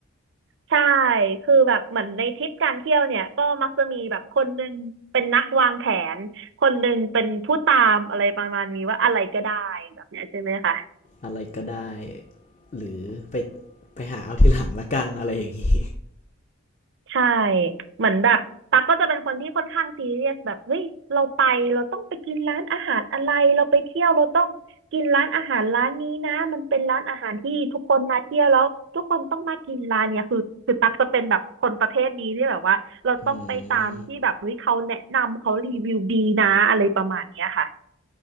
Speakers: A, on the right (about 55°); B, on the left (about 30°).
A: ใช่คือแบบเหมือนในทริปการเที่ยวเนี่ยก็มักจะมีแบบคนหนึ่งเป็นนักวางแผนคนหนึ่งเป็นผู้ตามอะไรประมาณนี้ว่าอะไรก็ได้แบบเนี้ยใช่ไหมคะ
B: อะไรก็ได้หรือไปไปหาเอาทีหลังละกันอะไรอย่างนี้
A: ใช่เหมือนแบบตั๊กก็จะเป็นคนที่ค่อนข้างซีเรียสแบบเฮ้ยเราไปเราต้องไปกินร้านอาหารอะไรเราไปเที่ยวเราต้องกินร้านอาหารร้านนี้นะมันเป็นร้านอาหารที่ทุกคนมาเที่ยวแล้วทุกคนต้องมากินร้านเนี้ยคือคือตั๊กจะเป็นแบบคนประเภทนี้ที่แบบว่าเราต้องไปตามที่แบบเฮ้ยเขาแนะนำเขารีวิวดีนะอะไรประมาณเนี้ยค่ะ
B: อืม